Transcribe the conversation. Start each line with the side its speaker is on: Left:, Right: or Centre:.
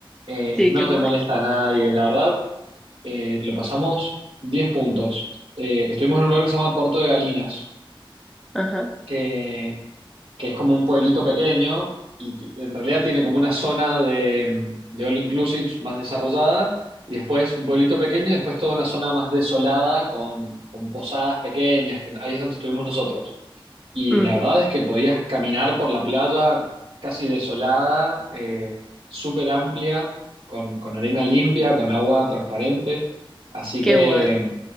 Right: eh,
Centre: sí,
Right: no
Centre: qué guay.
Right: te molesta a nadie, la verdad eh, lo pasamos 10 puntos. Eh, estuvimos en un lugar que se llama Puerto de Galinas,
Centre: Ajá,
Right: que, que es como un pueblito pequeño y ti- en realidad tiene como una zona de, de all inclusives más desarrollada y después un pueblito pequeño y después toda una zona más desolada con, con posadas pequeñas, que ahí es donde estuvimos nosotros. Y
Centre: ujú,
Right: la verdad es que podías caminar por la playa casi desolada, eh, súper amplia, con, con arena limpia, con agua transparente. Así
Centre: qué
Right: que
Centre: guay.
Right: mm,